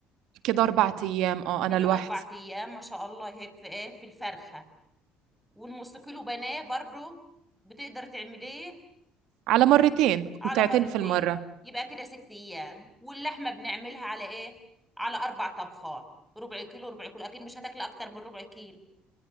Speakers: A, on the right; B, in the centre.
A: كده أربع أيام أه أنا
B: كده
A: لوحدي
B: اربع ايام ما شاء الله هيك في ايه في الفرخة والنص كيلو بناه برضو بتقدر تعمليه
A: على مرتين
B: على
A: قطعتين
B: مرتين
A: في المرة
B: يبقى كده ست ايام واللحمه بنعملها على ايه على اربع طبخات ربع كيلو ربع كيلو اكيد مش هتاكل اكتر من ربع كيلو